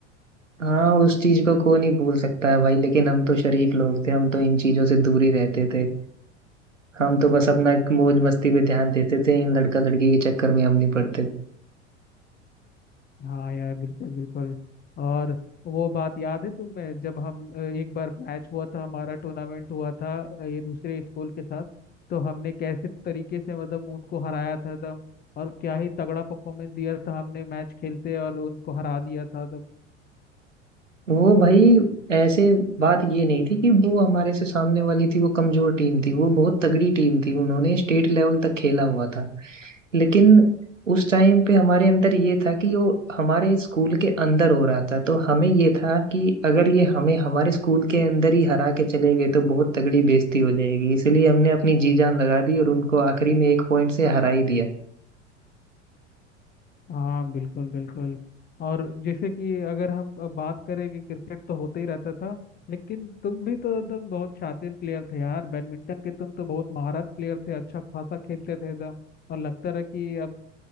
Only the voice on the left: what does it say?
हाँ यार बिल्कुल बिल्कुल और वो बात याद है तुम्हें जब हम अ, एक बार मैच हुआ था हमारा टूर्नामेंट हुआ था अ, ये दूसरे स्कूल के साथ तो हमने कैसे तरीके से मतलब उनको हराया था एकदम और क्या ही तगड़ा परफॉर्मेंस दिया था हमने मैच खेलते और उनको हरा दिया था एकदम
हाँ बिल्कुल बिल्कुल और जैसे कि अगर हम बात करें कि क्रिकेट तो होता ही रहता था लेकिन तुम भी तो एकदम बहुत शातिर प्लेयर थे यार बैडमिंटन के तुम तो बहुत महारत प्लेयर थे अच्छा खासा खेलते थे एकदम और लगता रहा कि अब